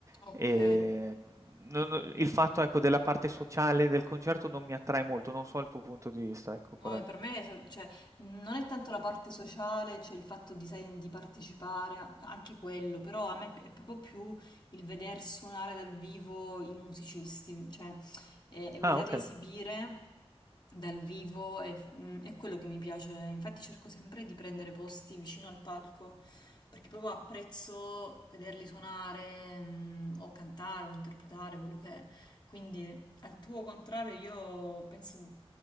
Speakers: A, on the right; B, on the left.
A: ehm,
B: ok.
A: non il fatto, ecco, della parte sociale del concerto non mi attrae molto, non so il tuo punto di vista, ecco
B: No,
A: qual è.
B: e per me sa- cioè, non è tanto la parte sociale, cioè il fatto di, sai, di partecipare, a- anche quello, però a me è proprio più il veder suonare dal vivo i musicisti, cioè e, e vederli
A: Ah, okay.
B: Ah, esibire dal vivo è, mm, è quello che mi piace. Infatti cerco sempre di prendere posti vicino al palco, perché proprio apprezzo vederli suonare, mm, o cantare o interpretare quello che è. Quindi al tuo contrario, io penso